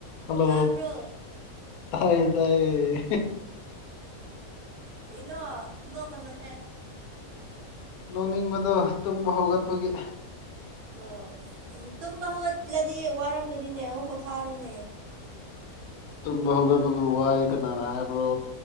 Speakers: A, on the left (about 85°); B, on the right (about 80°).
A: Hello
B: ꯇꯥꯕ꯭ꯔꯣ
A: ꯇꯥꯏꯌꯦ ꯇꯥꯏꯌꯦ
B: ꯀꯩꯅꯣ ꯅꯣꯛꯀꯅꯣꯍꯦ
A: ꯅꯣꯡꯅꯤꯡꯕꯗꯣ ꯇꯨꯝꯕ ꯍꯧꯒꯠꯄꯒꯤ
B: ꯑ ꯎꯝ ꯇꯨꯝꯕ ꯍꯧꯒꯠꯂꯗꯤ ꯋꯥꯔꯝꯒꯅꯤꯅꯦ ꯑꯃꯨꯛ ꯄꯣꯊꯥꯔꯣꯅꯦ
A: ꯇꯨꯝꯕ ꯍꯒꯄꯕꯨ ꯋꯥꯏ ꯀꯅꯥꯅ ꯍꯥꯏꯕ꯭ꯔꯣ